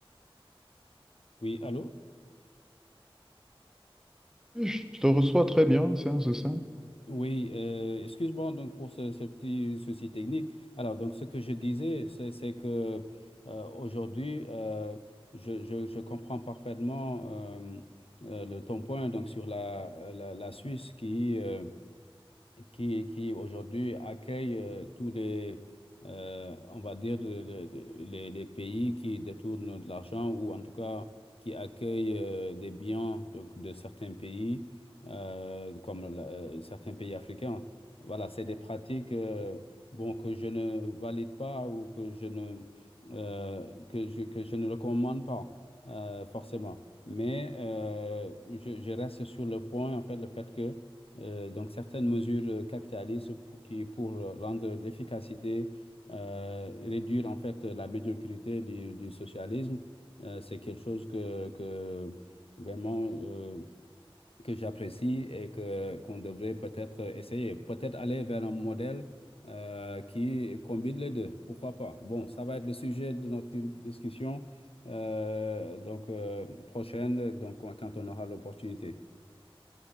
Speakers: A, on the left; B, in the centre.
A: oui, allô?
B: Je te reçois très bien, c'est un ça.
A: Oui, euh, excuse-moi donc pour ce, ce petit souci technique. Alors, donc ce que je disais, c'est, c'est que euh, aujourd'hui, euh, je, je, je comprends parfaitement euh, euh, le, ton point donc sur la, la, la Suisse qui, euh, qui, qui aujourd'hui accueille euh, tous les, euh, on va dire, le- le- les, les pays qui détournent de l'argent ou en tout cas qui accueillent euh, des biens donc, de certains pays, euh, comme la- euh, certains pays africains. Voilà, c'est des pratiques euh, bon, que je ne valide pas ou que je ne, euh, que je, que je ne recommande pas euh, forcément. Mais euh, je, je reste sur le point, en fait, le fait que euh, donc certaines mesures capitalistes pour, qui, pour rendre l'efficacité euh, et réduire en fait la médiocrité du, du socialisme. Euh, c'est quelque chose que, que vraiment euh, que j'apprécie et que qu'on devrait peut-être essayer. Peut-être aller vers un modèle euh, qui combine les deux. Pourquoi pas? Bon, ça va être le sujet de notre di- discussion euh, donc euh, prochaine, donc quand on aura l'opportunité.